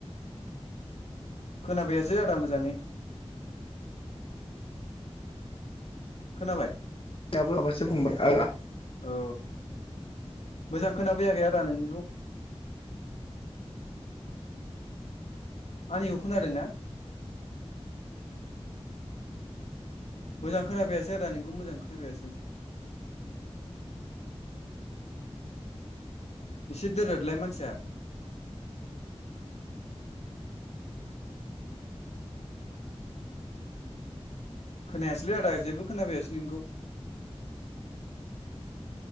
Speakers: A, on the left (about 85°); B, on the left (about 55°).
A: खोनाफैयासै आदा मोजाङै खोनाबाय?
B: दाबो माबासो फंबाय <unintelligible>
A: औ मोजां खोनाफैयाखै आदा नोंनिखौ आंनिखौ खोनादों ना? मोजां खोनाफैयासै आदा नोंखौ मोजां खोनाफैयासै एसे दोरदलाय मानसिया खोनायासैलै आदा जेबो खोनाफैयासै नोंनिखौ